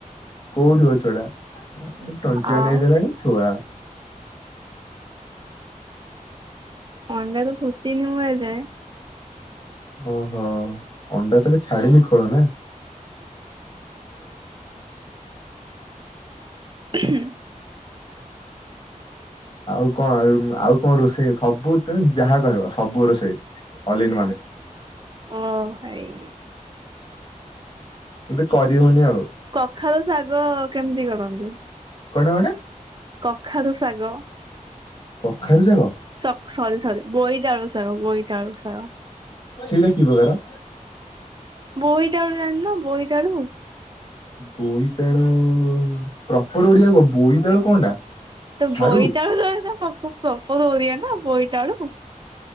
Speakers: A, on the left (about 35°); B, on the right (about 35°).
A: କୋଉଠି ମ ଛୁଆଟା ଆଁ ଟ୍ୱେଣ୍ଟି ୱାନ୍
B: ଆଉ
A: ଏଜ୍ ହେଲାଣି ଛୁଆ।
B: ଅଣ୍ଡାରୁ ଫୁଟିନି ମୁଁ ଏଯାଏଁ।
A: ଓହୋ ଅଣ୍ଡା ତାହେଲେ ଛାଡିନି ଖୋଳ ନା।
B: ହୁଁ
A: ଆଉ କଣ ଆଉ ଆଉ କଣ ରୋଷେଇ ସବୁ ତମେ ଯାହା କହିବ ସବୁ ରୋଷେଇ ଅଲ୍ ଇନ୍ ୱାନ୍।
B: ଓ ଭାଇ।
A: କିନ୍ତୁ କରି ହୋଉନି ଆଉ।
B: କଖାରୁ ଶାଗ କେମତି କରନ୍ତି
A: କଣଟା କଣଟା
B: କଖାରୁ ଶାଗ?
A: କଖାରୁ ଶାଗ?
B: ସକ୍ ସରି ସରି ବୋଇତାଳୁ ଶାଗ ବୋଇତାଳୁ ଶାଗ।
A: ସେଇଟା କି ପ୍ରକାର?
B: ବୋଇତାଳୁ ଜାଣିନ ବୋଇତାଳୁ?
A: ବୋଇତାଳୁ ପ୍ରପର ଓଡିଆ କୁହ ବୋଇତାଳୁ କଣଟା?
B: ତ
A: ସାରୁ?
B: ବୋଇତାଳୁ <unintelligible> ପ୍ରପର ଓଡିଆ ନା ବୋଇତାଳୁ।